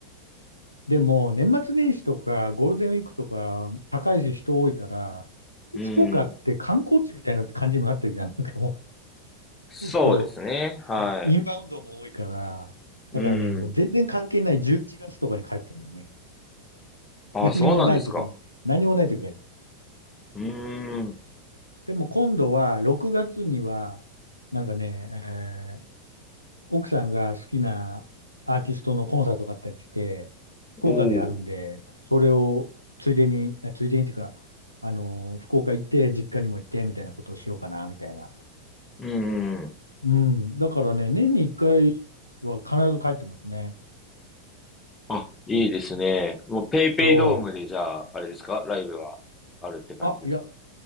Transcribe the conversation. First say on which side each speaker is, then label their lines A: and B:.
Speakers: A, on the left (about 90°); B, on the left (about 15°).
A: でも、年末年始とか、ゴールデンウィークとか、高いし人多いから、
B: うん。
A: 福岡って観光地みたいな感じにもなってるじゃん。なんかも
B: そうですね。
A: う、そ
B: はい。
A: うインバウンドも多いから、
B: うん。
A: だからね、もう全然関係ない11月とかに帰ってるんだよね。
B: ああ、
A: 何もない時に、
B: そうなんですか。
A: 何もない時に帰って。
B: うーん。
A: でも今度は6月には、なんかね、えー奥さんが好きなアーティストのコンサートがあったりして、福岡であるんで、
B: おお。
A: それをついでに、えついでにっていうか、あのー福岡行って、実家にも行って、みたいなことをしようかな、みたいな。
B: うんうんうん。
A: うん。だからね、年に1回は必ず帰ってますね。
B: あ、いいですね。もうペイペイドームでじゃあ、
A: そ
B: あれですかライブはあるって感じですか
A: う。あ、いや、